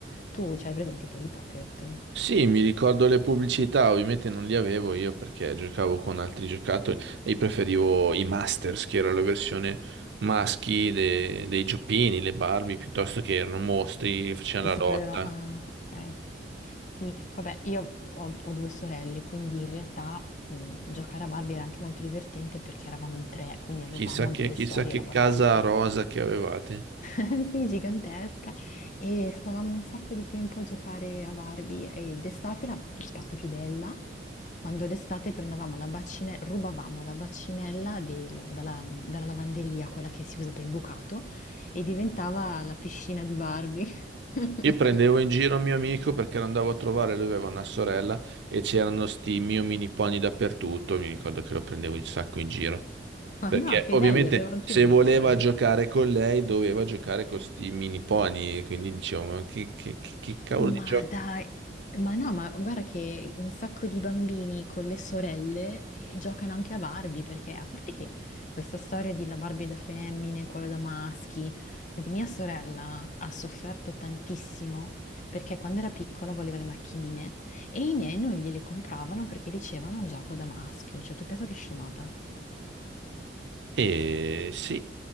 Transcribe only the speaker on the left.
Tu c'hai presente i Polly Pocket?
I
supereroi?
Ah, ok. Sì, vabbè, io ho, ho due sorelle, quindi in realtà mm, giocare a Barbie era anche molto divertente perché eravamo in tre, quindi avevamo
delle
storie
elaborate.
<laughs> Sì, gigantesca e stavamo un sacco di tempo a giocare a Barbie e d'estate la, la parte più bella, quando d'estate prendevamo la bacinella, rubavamo la bacinella del- dalla, dalla lavanderia, quella che si usa per il bucato, e diventava la piscina di Barbie. <laughs>
Ma
no, che
belli, avevo anche
i uniformi.
Ma
dai, ma no, ma guarda che un sacco di bambini con le sorelle eh, giocano anche a Barbie, perché a parte che questa storia di la Barbie da femmine, quella da maschi, senti, mia sorella ha sofferto tantissimo perché quando era piccola voleva le macchinine e i miei non gliele compravano perché dicevano è un gioco da maschio, cioè tu pensa che scemata.